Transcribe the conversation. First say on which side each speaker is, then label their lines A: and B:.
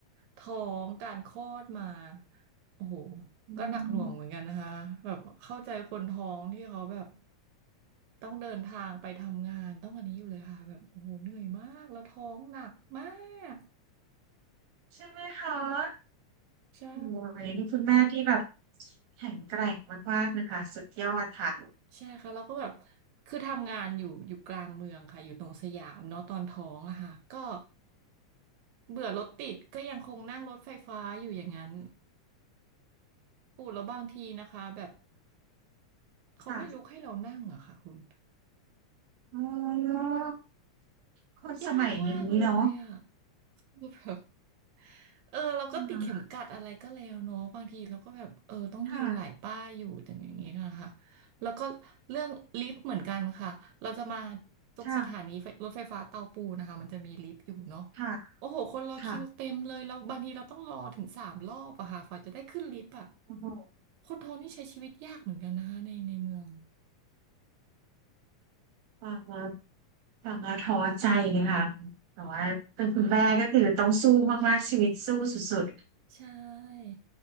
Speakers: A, on the right; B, on the right.
A: ท้องการคลอดมาโอ้โห
B: อืม
A: ก็หนักหน่วงเหมือนกันนะคะแบบเข้าใจคนท้องที่เขาแบบต้องเดินทางไปทำงานต้องอันนี้อยู่เลยค่ะแบบโอ้โหเหนื่อยมากแล้วท้องหนักมาก
B: ใช่ไหมคะ
A: ใช่
B: โอ้ยนี่คุณแม่ที่แบบแข็งแกร่งมากๆนะคะสุดยอดค่ะ
A: ใช่ค่ะแล้วก็แบบคือทำงานอยู่อยู่กลางเมืองค่ะอยู่ตรงสยามเนาะตอนท้องอะค่ะก็เบื่อรถติดก็ยังคงนั่งรถไฟฟ้าอยู่อย่างนั้นโอ้แล้วบางทีนะคะแบบเขาไม่ลุกให้เรานั่งอะค่ะคุณ
B: ค่ะอ๋อคนสมัยนี้เนาะ
A: ยากมากเลยอ่ะ <laughs> คือแบบเออเราก็ติดเข็มกัดอะไรก็แล้วเนาะบางทีเราก็แบบเออต้องยืนหลายป้ายอยู่อย่างอย่างนี้ค่ะค่ะ
B: ค่ะค่ะ
A: แล้วก็เรื่องลิฟต์เหมือนกันค่ะเราจะมาตรงสถานีไฟรถไฟฟ้าเตาปูนนะคะมันจะมีลิฟต์อยู่เนาะ
B: ค่ะค่ะ
A: โอ้โหคนรอคิวเต็มเลยแล้วบางทีเราต้องรอถึงสามรอบอะค่ะฝ่าจะได้ขึ้นลิฟต์อะ
B: ค่ะโอ้โห
A: คนท้องนี่ใช้ชีวิตยากเหมือนกันนะคะในในเมือง
B: ฟังแล้วฟังแล้วท้อใจเลยค่ะแต่ว่าเป็นคุณแม่ก็คือต้องสู้มากๆชีวิตสู้สุด
A: ใช่